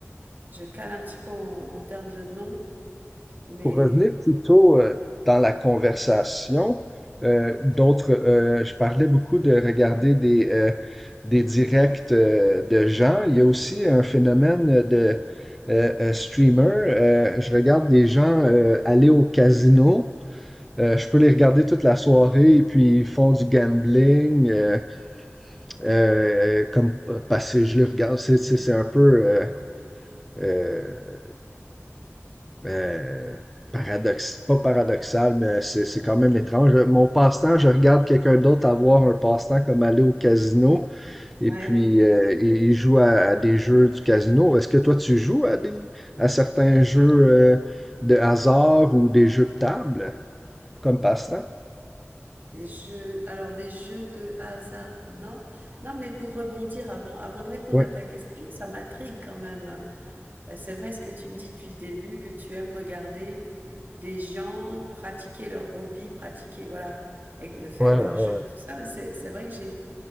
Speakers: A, on the right; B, in the centre.
A: je cale un petit peu en, en termes de nom, mais
B: Pour revenir plutôt euh, dans la conversation, euh, d'autres, euh, je parlais beaucoup de regarder des, euh, des directs euh, de gens. Il y a aussi un phénomène de euh, euh, streamer. Euh, je regarde des gens euh, aller au casino. Euh, je peux les regarder toute la soirée et puis ils font du gambling euh, euh, comme euh, parce que je les regarde. C'est c'est- c'est un peu euh, euh, euh, paradoxe, pas paradoxal, mais c'est, c'est quand même étrange. Euh, Mon passe-temps, je regarde quelqu'un d'autre avoir un passe-temps comme aller au casino et
A: ouais.
B: puis euh, il il joue à, à des jeux du casino. Est-ce que toi tu joues à des à certains jeux euh, de hasard ou des jeux de table comme passe-temps?
A: Des jeux, alors des jeux de hasard, non. Non, mais pour rebondir avant, avant de répondre
B: Ouais,
A: à ta question, ça m'intrigue quand même. Euh, C'est vrai ce que tu me dis depuis le début, que tu aimes regarder des gens pratiquer leur hobby, pratiquer, voilà, et- euh, faire
B: ouais,
A: leur
B: ouais.
A: jeu, tout ça. Mais c'est, c'est vrai que j'ai,